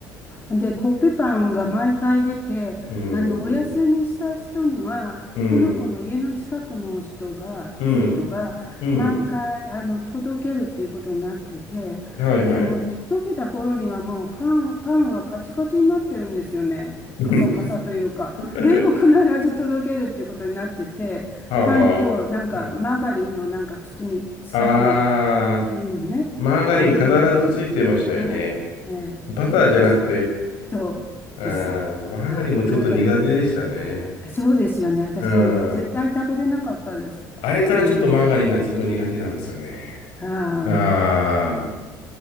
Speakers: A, on the left; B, on the left.
A: な。で、コッペパンが毎回出て、
B: うん。
A: あの、お休みした人には、
B: うん。
A: その子の家の近くの人が、
B: うん。
A: 生徒が、
B: うん。
A: 毎回、あの、届けるっていうことになってて、
B: はいはい。
A: でも、届けた頃にはもう、パン、パンはカチカチになってるんですよね。カサカサというか。
B: うん <laughs>
A: でも必ず届けるっていうことになってて、
B: はあ。
A: パンと、なんか、
B: うん。
A: マーガリンのなんか包み、四角い、
B: あー、
A: ああいうのね、
B: マーガリン必ずついてましたよね。
A: あの、届ける。はい。ええ、
B: バターじゃなくて、
A: もう私、そうです。
B: あー、マーガリンもちょっと苦手でしたね。
A: はい。マーガリン。あそうですよね。私も絶対食べれなかったです。
B: うん。あれからちょっとマーガリンがずっと苦手なんですよね。
A: うん。ああ、
B: ああ、